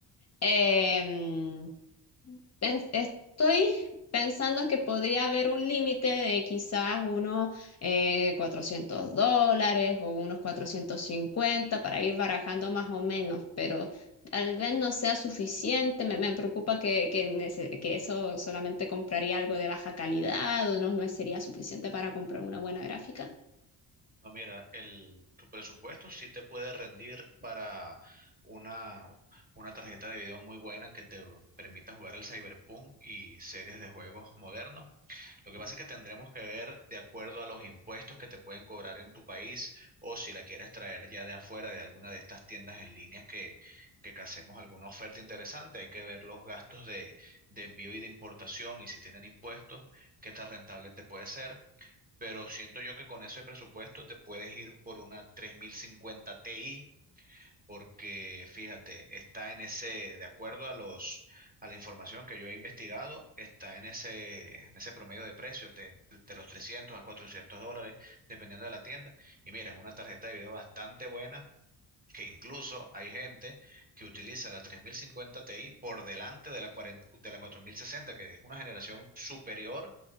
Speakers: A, on the left (about 40°); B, on the right (about 20°).
A: em, pens- estoy pensando que podría haber un límite de quizás unos eh, 400 dólares o unos 450 para ir barajando más o menos, pero tal vez no sea suficiente. Me, me preocupa que, que, nece- que eso solamente compraría algo de baja calidad o no me sería suficiente para comprar una buena gráfica.
B: No, mira, el, tu presupuesto sí te puede rendir para una, una tarjeta de video muy buena que te permita jugar el Cyberpunk y series de juegos modernos. Lo que pasa es que tendremos que ver de acuerdo a los impuestos que te pueden cobrar en tu país o si la quieres traer ya de afuera de alguna de estas tiendas en línea que, que hacemos alguna oferta interesante. Hay que ver los gastos de, de envío y de importación y si tienen impuestos, qué tan rentable te puede ser pero siento yo que con ese presupuesto te puedes ir por una 3050 Ti, porque fíjate, está en ese, de acuerdo a los, a la información que yo he investigado, está en ese, en ese promedio de precio, de, de los 300 a 400 dólares, dependiendo de la tienda. Y mira, es una tarjeta de video bastante buena. que incluso hay gente que utiliza la 3050 Ti por delante de la, 40 de la 4060 que es una generación superior